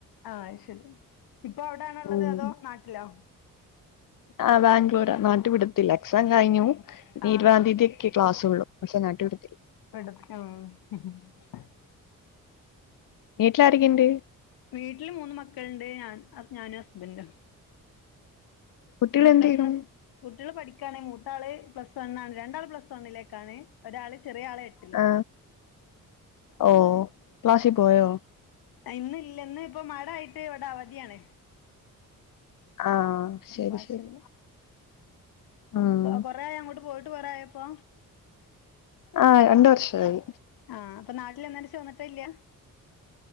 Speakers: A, on the left; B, on the left.
A: ആഹ അയ്ശരി ഇപ്പൊ അവിടെണള്ളത്
B: ഉം
A: അതോ നാട്ടിലോ
B: ആ ബാംഗ്ലൂർ നാട്ടു വിടത്തില്ല എക്സാം കഴിഞ്ഞു
A: ആഹ്
B: ഇരുവാന്തിീയതി
A: ആഹ്
B: ക്ലാസ് ഉള്ളൂ പക്ഷെ നട്ടിടു
A: ഇട <unintelligible>
B: വീട്ടിലാരെക്കെയുണ്ട്
A: വീട്ടില് മൂന്ന് മക്കളുണ്ട് ഞാൻ ഞാനും ഹസ്ബൻഡും
B: കുട്ടികൾ
A: മക്കള
B: എന്ത് ചെയ്യുന്നു
A: ഇന്ന് കുട്ടികള് പഠിക്കുകണെങ്ക മൂത്താള് പ്ലസ് വണ്ണ് രണ്ടാള് പ്ലസ് വണ്ണിലേക്കാണ് ഒരാള്െ ചെറിയ ആളെ എട്ടിലും
B: ആ ഓ ക്ലാസ്സിൽ പോയോ
A: ഇന്ന ഇ ഇന്ന് ഇപ്പൊ മഴയിട്ട് ഇവിടെ അവധിയാണ്
B: ആഹ ശരി
A: ഇന്ന് ക്ലാസ്സില്ല
B: ശരി ആഹ
A: കൊറെയ അങ്ങോട്ട് പോയിട്ട് കൊറയപ്പൊ
B: ആഹ് രണ്ടു വർഷായി
A: ആഹ് അപ്പൊ നാട്ടിൽ വന്നതിൻ്റെ ശേഷം വന്നിട്ടെ ഇല്ല